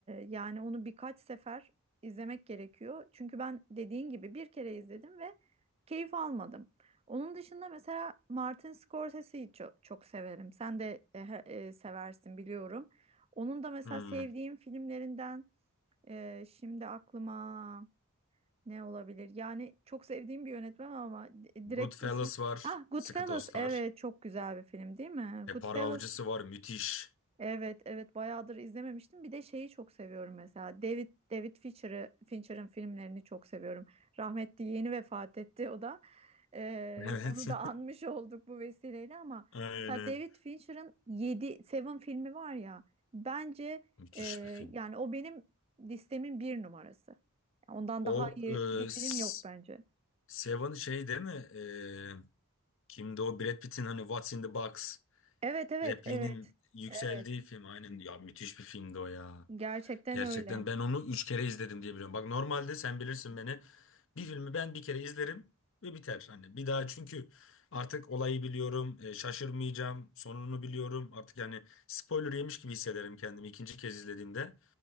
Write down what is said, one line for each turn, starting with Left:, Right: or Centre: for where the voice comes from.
Right: yani onu birkaç sefer izlemek gerekiyor. Çünkü ben dediğin gibi bir kere izledim ve keyif almadım. Onun dışında mesela Martin Scorsese'yi çok, çok severim. Sen de e, he- e, seversin biliyorum. Onun da mesela
Left: Hmm.
Right: sevdiğim filmlerinden e, şimdi aklıma. Ne olabilir? Yani çok sevdiğim bir yönetmen ama di-
Left: Goodfellas
Right: direkt ismi.
Left: var,
Right: Ah, Goodfellas.
Left: Sıkı Dostlar.
Right: Evet, çok güzel bir film değil mi?
Left: E
Right: Goodfellas
Left: Para Avcısı var, müthiş. <laughs>
Right: Evet, evet bayağıdır izlememiştim. Bir de şeyi çok seviyorum mesela. David David Fincher'ı Fincher'ın filmlerini çok seviyorum. Rahmetli yeni vefat etti o da. Ee,
Left: Evet.
Right: onu da anmış olduk bu vesileyle ama
Left: <laughs> Aynen.
Right: mesela David Fincher'ın yedi Seven filmi var ya. Bence
Left: Müthiş
Right: e,
Left: bir film.
Right: yani o benim listemin bir numarası. Ondan
Left: O
Right: daha iyi
Left: e,
Right: bir film
Left: S-
Right: yok bence.
Left: Seven şey değil mi? E, Kimdi o? Brad Pitt'in hani What's in the Box
Right: Evet, evet,
Left: repliğinin
Right: evet.
Left: yükseldiği
Right: Evet.
Left: film. Aynen ya müthiş bir filmdi o ya.
Right: Gerçekten
Left: Gerçekten
Right: öyle.
Left: ben onu üç kere izledim diye biliyorum. Bak normalde sen bilirsin beni. Bir filmi ben bir kere izlerim ve biter. Hani bir daha çünkü artık olayı biliyorum, e, şaşırmayacağım, sonunu biliyorum. Artık yani spoiler yemiş gibi hissederim kendimi ikinci kez izlediğimde.